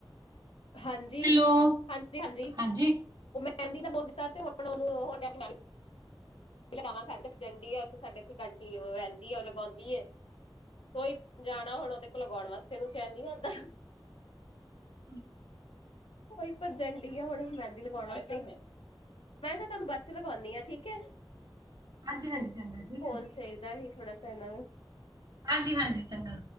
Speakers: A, on the left (about 80°); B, on the right (about 50°).
A: ਹਾਂਜੀ,
B: ਹੈਲੋ
A: ਹਾਂਜੀ-ਹਾਂਜੀ,
B: ਹਾਂਜੀ
A: ਉਹ ਮੈਂਹਿੰਦੀ ਦਾ ਬੋਲ ਦਿੱਤਾ ਤੇ ਹੁਣ ਉਹਨੂੰ ਆਪਣਾ ਹੋਣ ਦਿਆ ਲਗਾਵਾਂ ਕਰ ਜਾਂਦੀ ਆ ਉੱਥੇ ਸਾਡੇ ਇੱਥੇ ਕੰੰਟੀ ਉਹ ਰਹਿੰਦੀ ਹੈ ਉਹ ਲਗਾਉਂਦੀ ਹੈ ਕੋਈ ਜਾਣਾ ਹੁਣ ਉਹਦੇ ਕੋਲ ਲਗਾਉਣ ਵਾਸਤੇ, ਉਹਨੂੰ ਚੈਨ ਨੀ ਆਉਂਦਾ
B: ਹਮ
A: ਕੋਈ ਭੱਜਣ ਡ ਆ ਹੁਣ ਮਹਿੰਦੀ ਲਗਾਉਣ ਵਾਸਤੇ ਮੈਂ ਨਾ ਤੁਹਾਨੂੰ ਬਚ ਲਗਾਉਂਦੀ ਹਾਂ, ਠੀਕ ਹੈ
B: ਹਾਂਜੀ -ਹਾਂਜੀ ਲ ਜਾਂਗਾ ਠੀਕ
A: ਫੋਨ
B: ਹੈ
A: ਚਾਹੀਦਾ ਹੀ ਥੋੜਾ ਸ ਲਓ
B: ਹਾਂਜੀ- ਹਾਂਜੀ ਚੰਗਾ